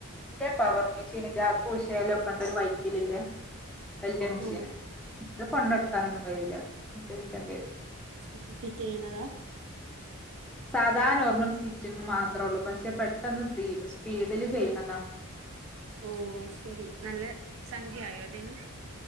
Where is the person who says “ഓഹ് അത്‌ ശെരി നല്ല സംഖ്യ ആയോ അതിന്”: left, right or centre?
Right